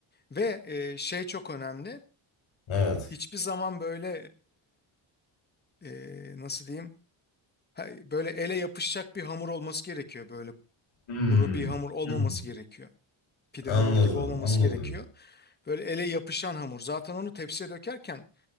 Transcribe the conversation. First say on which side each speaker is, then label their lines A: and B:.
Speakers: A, on the left; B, on the left.
A: Ve e, şey çok önemli.
B: evet.
A: Hiçbir zaman böyle e, e, nasıl diyeyim? Ha- Böyle ele yapışacak bir hamur olması gerekiyor. Böyle
B: Hmm.
A: kuru bir hamur olmaması
B: Hmm.
A: gerekiyor. Pide
B: Anladım,
A: hamuru gibi olmaması
B: anladım.
A: gerekiyor. Böyle ele yapışan hamur. Zaten onu tepsiye dökerken